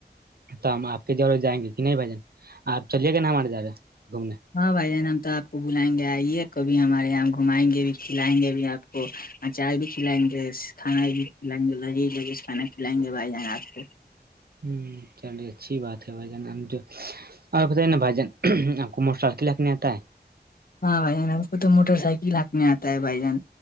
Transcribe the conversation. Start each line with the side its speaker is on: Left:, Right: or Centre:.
Right: تو ہم آپ کی جہ جائیں گے کہ نہیں بھائی جان آپ چلیے گا نا ہمارے جگہ گھومنے
Left: ہاں بھائی جان ہم تو آپ کو بلائیں گے آئیے کبھی ہمارے یہاں گھمائیں گے بھی کھلائیں گے بھی آپ آپ کو اچار بھی کھلائیں گے کھانا بھی کھلائیں گے لغری لگ کھانا کھلائیں گے بھائی جان آپ کو
Right: ہوں چلیے اچھی بات ہے بھائی جان جو اور بتائیے نا بھائی جن آپ کو موٹر سائک لکھنے آتا ہے
Left: ہاں بھائی جان ہم کو تو موٹر سائیکل ہق میں آتا ہے بھائی جان